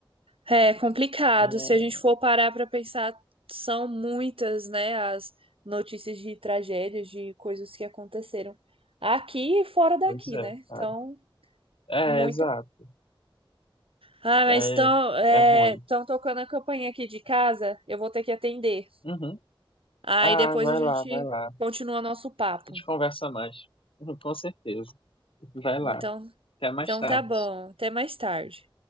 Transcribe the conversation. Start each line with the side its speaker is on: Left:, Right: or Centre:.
Right: É complicado,
Left: É,
Right: se a gente for parar para pensar, são muitas, né, as notícias de tragédias, de coisas que aconteceram aqui e fora daqui,
Left: pois é,
Right: né,
Left: cara.
Right: então,
Left: É,
Right: muita...
Left: exato.
Right: Ah, mas
Left: É,
Right: estão é,
Left: é ruim.
Right: tão tocando a campainha aqui de casa, eu vou ter que atender.
Left: Uhum.
Right: Aí
Left: Ah,
Right: depois
Left: vai
Right: a gente
Left: lá, vai lá. A
Right: continua nosso papo.
Left: gente conversa mais. <laughs> com certeza. Vai lá.
Right: Então,
Left: Até mais
Right: então
Left: tarde.
Right: tá bom. Até mais tarde.